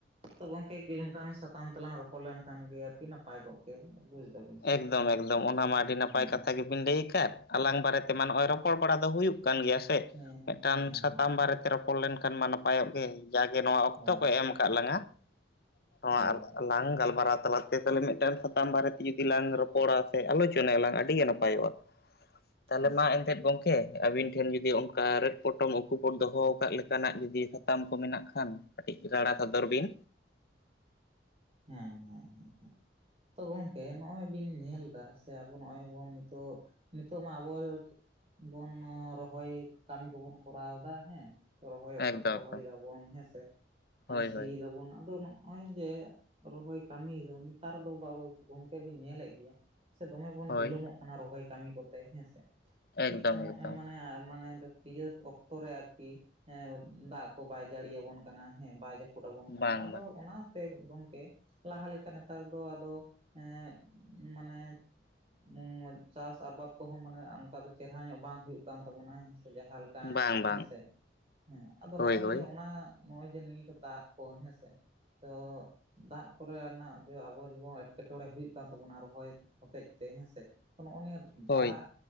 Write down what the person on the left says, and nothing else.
ᱮᱠᱫᱚᱢ
ᱮᱠᱫᱚᱢ ᱚᱱᱟ ᱢᱟ
ᱟᱹᱰᱤ ᱱᱟᱯᱟᱭ ᱠᱟᱛᱷᱟ ᱜᱮ ᱵᱤᱱ ᱞᱟᱹᱭ ᱟᱠᱟᱫ ᱟᱞᱟᱝ ᱵᱟᱨᱮᱛᱮᱢᱟ ᱱᱚᱜᱼᱚᱭ ᱨᱚᱯᱚᱲ ᱵᱟᱲᱟ ᱫᱚ ᱦᱩᱭᱩᱜ ᱠᱟᱱ ᱜᱮᱭᱟ
᱾ ᱢᱤᱫᱴᱟᱝ
ᱥᱟᱛᱟᱢ
ᱵᱟᱨᱮᱛᱮ ᱨᱚᱯᱚᱲ ᱞᱮᱱᱠᱷᱟᱱ ᱢᱟ ᱱᱟᱯᱟᱭᱚᱜ ᱜᱮ ᱡᱟᱜᱮ ᱱᱚᱣᱟ ᱚᱠᱛᱚ
ᱠᱚ ᱮᱢ ᱛᱟᱞᱟᱝᱟ ᱱᱚᱣᱟ
ᱞᱟᱝ ᱜᱟᱞᱢᱟᱨᱟᱣ ᱛᱟᱞᱟᱛᱮ ᱛᱟᱦᱚᱞᱮ ᱢᱤᱫᱴᱟᱝ ᱥᱟᱛᱟᱢ ᱵᱟᱨᱮᱛᱮ ᱡᱩᱫᱤ ᱞᱟᱝ ᱨᱚᱯᱚᱲᱟ ᱥᱮ ᱟᱞᱳᱪᱚᱱᱟᱭᱟᱞᱟᱝ ᱟᱹᱰᱤ ᱜᱮ ᱱᱟᱯᱟᱭᱚᱜᱼᱟ ᱛᱟᱦᱚᱞᱮ
ᱢᱟ
ᱮᱱᱛᱮᱫ ᱜᱚᱝᱠᱮ ᱛᱮ ᱟᱹᱵᱤᱱ ᱴᱷᱮᱱ ᱡᱩᱫᱤ ᱚᱱᱠᱟ ᱨᱮᱫ ᱯᱚᱴᱚᱢ ᱩᱠᱩ ᱯᱚᱴᱚᱢ ᱫᱚᱦᱚ ᱟᱠᱟᱫ ᱞᱮᱠᱟᱱᱟᱜ ᱡᱩᱫᱤ ᱥᱟᱛᱟᱢ ᱠᱚ ᱢᱮᱱᱟᱜ ᱠᱷᱟᱱ ᱠᱟᱴᱤᱡ ᱨᱟᱨᱟ ᱥᱚᱫᱚᱨ ᱵᱤᱱ
ᱮᱠᱫᱚᱢ
ᱮᱠᱫᱚᱢ
ᱦᱳᱭ
ᱦᱳᱭ
ᱦᱳᱭ
ᱮᱠᱫᱚᱢ
ᱮᱠᱫᱚᱢ
ᱵᱟᱝ
ᱵᱟᱝ
ᱵᱟᱝ ᱵᱟᱝ
ᱦᱳᱭ
ᱦᱳᱭ
ᱦᱳᱭ